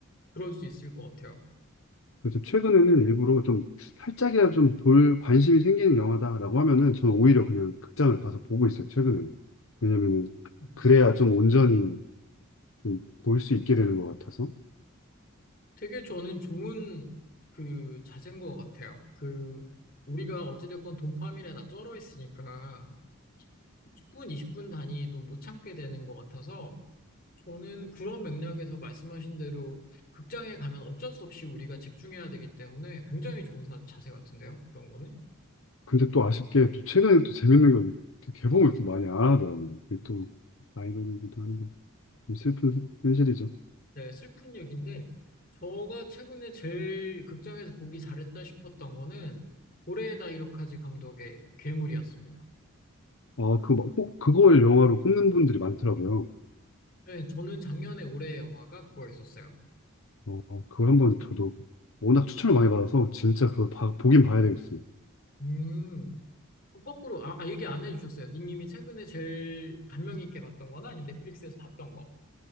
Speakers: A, on the left; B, on the left.
A: 그럴 수 있을 것 같아요.
B: 그래서 최근에는 일부러 좀 살짝이라도 좀 볼 관심이 생기는 영화다라고 하면은 저는 오히려 그냥 극장을 가서 보고 있어요. 최근에는. 왜냐면은
A: 음.
B: 그래야 좀 온전히 좀 볼 수 있게 되는 것 같아서.
A: 되게 저는 좋은 그 자세인 것 같아요. 그, 우리가 어찌됐건 도파민에다 쩔어 있으니까 10분, 20분 단위도 못 참게 되는 것 같아서, 저는 그런 맥락에서 말씀하신 대로 극장에 가면 어쩔 수 없이 우리가 집중해야 되기 때문에 굉장히 좋은 사- 자세 같은데요. 그런 거는.
B: 근데 또 아쉽게 또 최근에 또 재밌는 걸또 개봉을 또 많이 안 하더라고요. 그게 또 아이러니이기도 한데 좀 슬픈 현실이죠.
A: 네, 슬픈 얘기인데 제가 최근에 제일 극장에서 보기 잘했다 싶었던 거는 고레에다 이로카즈 감독의 괴물이었습니다.
B: 어, 그거 막- 꼭 그걸 영화로 꼽는 분들이 많더라고요.
A: 네, 저는 작년에 올해의 영화가 그거였었어요.
B: 어, 어, 그걸 한번 저도 워낙 추천을 많이 받아서 진짜 그걸 봐- 보긴 봐야 되겠어요.
A: 음, 어, 거꾸로 아, 아, 얘기 안 해주셨어요. 닉님이 최근에 제일 감명 있게 봤던 거나 아니면 넷플릭스에서 봤던 거.